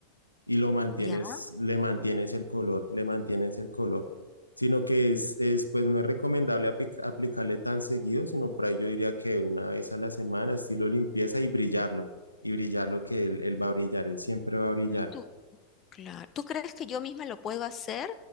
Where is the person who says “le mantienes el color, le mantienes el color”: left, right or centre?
Left